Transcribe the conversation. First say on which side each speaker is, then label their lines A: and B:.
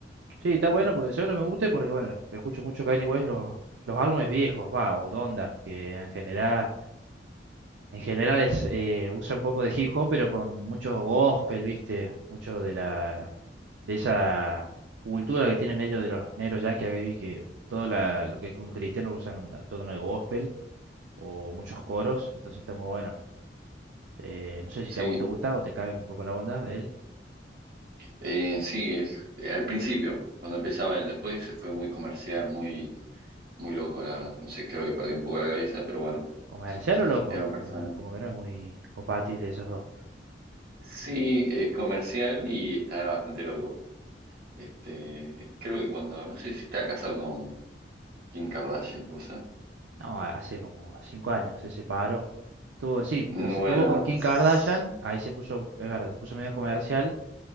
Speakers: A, on the right; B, on the right.
A: Sí, está bueno porque seguro me guste porque, bueno, escucho mucho Kanye West los, los álbumes viejos, va, o Donda, que en general, en general es, eh, usa un poco de hip hop, pero con mucho gospel, ¿viste? Mucho de la, de esa cultura que tienen ellos de los negros yankees, acá vi que todo la- lo que es con cristiano lo usan a tono de gospel o muchos coros, entonces está muy bueno. Eh, no sé si
B: Sí,
A: te, a vos te gusta o te cae un poco la onda de él.
B: eh, sí, es- eh, al principio, cuando empezaba él, después se fue muy comercial, muy, muy loco, la verdad. No sé, creo que perdí un poco la cabeza, pero bueno,
A: ¿Comercial o loco?
B: es una persona.
A: No, no, como que no es muy compatible esos dos.
B: Sí, es comercial y está bastante loco. Este, creo que cuando, no sé si está casado con Kim Kardashian, pues.
A: No, hace como cinco años se separó. Tuvo, sí,
B: Bueno,
A: o sea, tuvo con Kim
B: s-
A: Kardashian, ahí se puso, es verdad, se puso medio comercial,